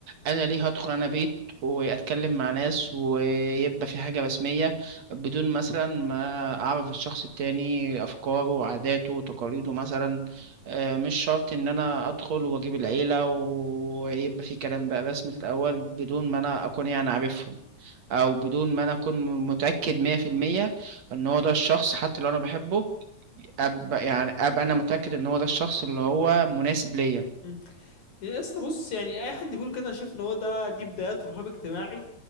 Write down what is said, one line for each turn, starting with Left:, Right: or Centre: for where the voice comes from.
Right: انا ليه هدخل انا بيت واتكلم مع ناس ويبقى في حاجة رسمية بدون مثلا ما اعرف الشخص التاني افكاره وعاداته وتقاليده مثلا آه، مش شرط ان انا ادخل واجيب العيلة ويبقى في كلام بقى رسمي في الاول بدون ما انا اكون يعني عارفهم او بدون ما انا اكون متأكد مية في المية ان هو ده الشخص حتى لو انا بحبه ابقى يعني ابقى انا متأكد ان هو ده الشخص اللي هو مناسب ليا
Left: ايه يا اسطى بص يعني اي حد بيقول كده انا شايف ان هو ده دي بدايات رهاب اجتماعي